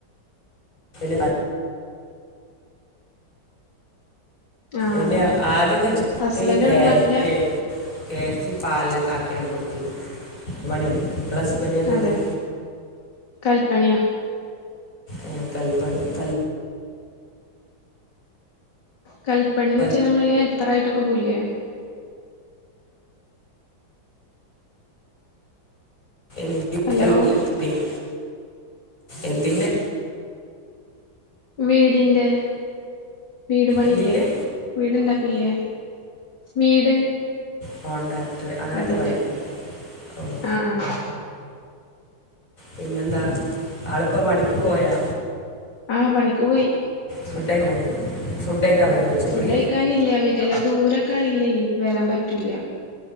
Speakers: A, on the left (about 40°); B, on the left (about 60°).
A: പി <unintelligible>
B: ആഹ്
A: എന്റെ ആദ്യയൊക്കെ ചെറുതില്
B: ഹസ്ബൻഡ്
A: ക്യാരെറ്റ്
B: എവിടെ നാട്ടിലാ
A: കേരറ്റ് പാലോക്കെ ആക്കിയാണ്ട് കൊടുതീനി ഇങ്ങളെ ഹസ്ബെന്റിന് എന്താപണി.
B: അതെ കൽപ്പണിയാ
A: ഉം കൽപണി കൽ
B: കൽപ്പണിന്ന്
A: പണി
B: വെച്ചാൽ ഞമ്മളീ ഹെൽപ്പെറായിട്ടൊക്കെ പോവൂലേ
A: എന്തി
B: ഹലോ
A: <unintelligible> എന്തിന്റെ
B: വീടിന്റെ വീട്പണില്ലേ
A: എന്തിൻ്റെ
B: വീട്ണ്ടാക്കൂല്ലേ വീട്.
A: കോൺണ്ടാക്ക്ട്ടർ അങ്ങനെയൊക്കെ
B: അതിന്റെ
A: പറയും ഓഹ്
B: ആഹ്
A: പിന്നെന്താ ആൾപ്പോ പണിക്ക് പോയാ?
B: ആഹ് പണിക്ക്പോയി.
A: ഫുഡെയ്ക്കാൻവെരോ ഫുഡ് കയ്ക്കാൻ വെരോ ഉച്ചക്ക്
B: ഫുഡ് കഴിക്കാനില്ല വരില്ല ദൂരൊക്കെ ആണെങ്കിലേ വരാൻ പറ്റൂല്ല